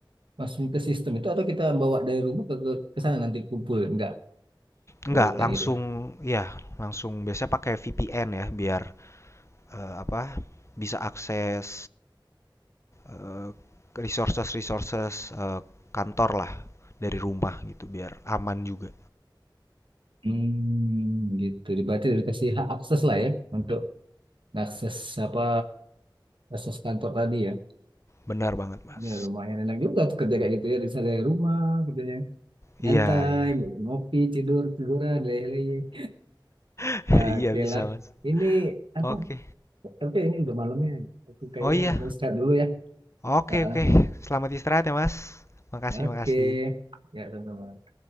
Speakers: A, on the right; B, on the left.
A: langsung ke sistem itu atau kita bawa dari rumah ke ke, ke sana nanti kumpul enggak
B: Enggak,
A: baru kayak
B: langsung
A: gitu
B: ya langsung biasanya pakai VPN ya biar, eee, apa, bisa akses eh, resources resources eh, kantor lah dari rumah gitu biar aman juga
A: hmm, gitu berarti dikasih hak akses lah ya untuk akses apa akses kantor tadi ya
B: benar banget mas
A: ya lumayan enak juga tuh kerja kayak gitu ya bisa dari rumah kerjanya
B: iya
A: Nyantai,
B: iya
A: ngopi, tidur, tiduran, leleh-leleh.
B: <laughs>
A: Nah,
B: iya
A: oke
B: bisa
A: lah.
B: mas
A: Ini apa?
B: oke
A: Tapi ini udah malamnya. Aku kayaknya
B: oh iya
A: mau istirahat dulu ya.
B: oke
A: Ah,
B: oke selamat istirahat ya mas makasih
A: ah. Oke.
B: makasih
A: Ya, sama-sama.